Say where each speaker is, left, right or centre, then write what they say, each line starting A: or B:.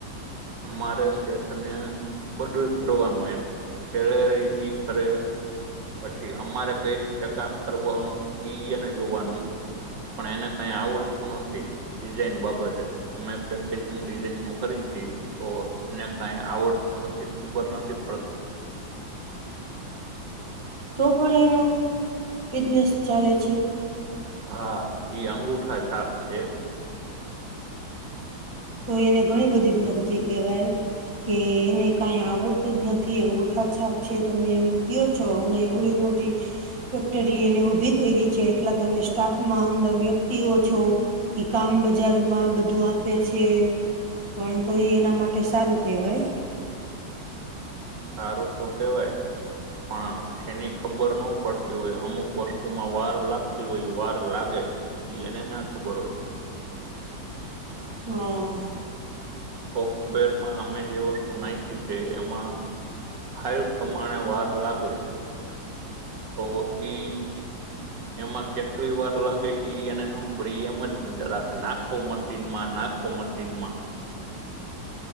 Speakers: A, on the right (about 65°); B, on the right (about 15°).
A: મારે શેઠને બધું કરવાનું એને શેલે ર ઈ કર. પછી અમારે કઈ રીતે કામ કરવાનું ઈને જોવાનુ પણ એને કઈ આવડતું નથી. ડિઝાઇન બાબત અમે પેકેજિંગ ડિઝાઇન નું કરીશી તો એને કઈ આવડતું નથી ખબર નથી પડતી
B: <unintelligible> તો પણ એનો બિઝનેસ ચાલે છે.
A: હા ઈ અંગુઠા શાપ છે.
B: તો એને ઘણી બધી પ્રગતિ કહેવાય કે એને કાઈ આવડતું જ નથી અંગુઠા છાપ છે તમે મૂકયો છો અને એવડી મોટી ફેક્ટરી એને ઉભી કરી છે એટલા તમે સ્ટાફમાં અંદર વ્યક્તિઓ છો. કામ બજાર માં બધું આપે પછી પણ તો એ એના માટે સારું કહેવાય
A: સારું તો કેહેવાય પણ તેની ખબર ન પડતી હોય અમુક વસ્તુમાં વાર લાગતી હોય, વાર લાગે. ઈ એને ના ખબર હોય.
B: હા
A: સોફ્ટવેર માં અમે જે વસ્તુ નાખી છે, એમાં ફાઈવ પ્રમાણે વાર લાગે તો ઈ. એમાં કેટલી વાર લાગે એને ન ખબર એમ જ નાખો મશીનમાં નાખો કોમાર સિમા